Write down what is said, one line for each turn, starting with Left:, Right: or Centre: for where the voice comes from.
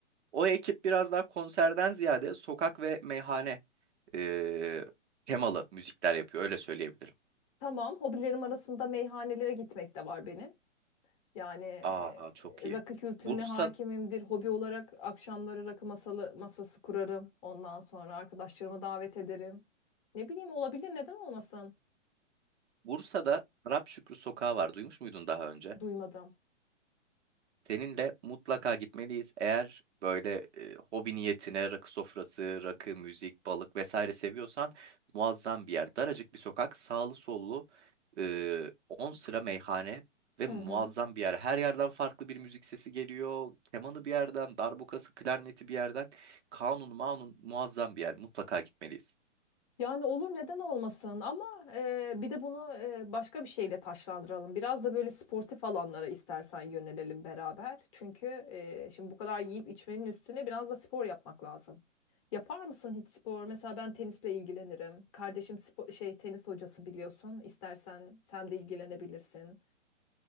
Right: o ekip biraz daha konserden ziyade sokak ve meyhane e, temalı müzikler yapıyor öyle söyleyebilirim
Left: tamam hobilerim arasında meyhanelere gitmek de var benim. Yani e,
Right: aa çok iyi
Left: rakı kültürüne
Right: Bursa
Left: hakimimdir. Hobi olarak akşamları rakı masalı, masası kurarım. Ondan sonra arkadaşlarımı davet ederim. Ne bileyim olabilir neden olmasın?
Right: Bursa'da Arap Şükrü Sokağı var duymuş muydun daha önce
Left: Duymadım.
Right: Seninle mutlaka gitmeliyiz. Eğer böyle e, hobi niyetine rakı sofrası, rakı, müzik, balık vesaire seviyorsan muazzam bir yer. Daracık bir sokak, sağlı sollu e, 10 sıra meyhane ve
Left: Hı
Right: muazzam
Left: hı.
Right: bir yer. Her yerden farklı bir müzik sesi geliyor. Kemanı bir yerden, darbukası, klarneti bir yerden. Kanun, manun muazzam bir yer. Mutlaka gitmeliyiz.
Left: Yani olur neden olmasın ama e, bir de bunu e, başka bir şeyle taşlandıralım. Biraz da böyle sportif alanlara istersen yönelelim beraber. Çünkü e, şimdi bu kadar yiyip içmenin üstüne biraz da spor yapmak lazım. Yapar mısın hiç spor? Mesela ben tenisle ilgilenirim. Kardeşim spo- şey tenis hocası biliyorsun. İstersen sen de ilgilenebilirsin.